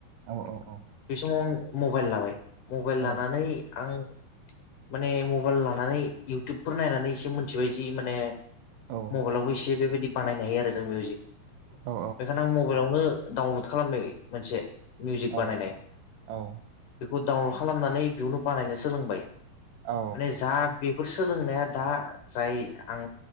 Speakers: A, on the right; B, on the left.
A: औ औ औ।
B: बे समाव आं मबाइल लाबाय मबाइल
A: औ
B: लानानै आं माने मबाइल लानानै इउटुबफोर नायनानै एसे मिथिबाय जि माने
A: औ
B: मबाइलावबो एसे बेबायदि बानायनो हायो आरो जों मिउजिक
A: औ
B: बेखायनो आं मबाइल मबाइल आावनो डाउनलड खालामनो मोनसे मिउजिक
A: औ
B: बानायनाय
A: औ
B: बेखौ डाउनलड खालामनानै बेयावनो बानायनो सोलोंबाय
A: औ
B: माने जा बेफोर सोलोंनाया दा जाय आं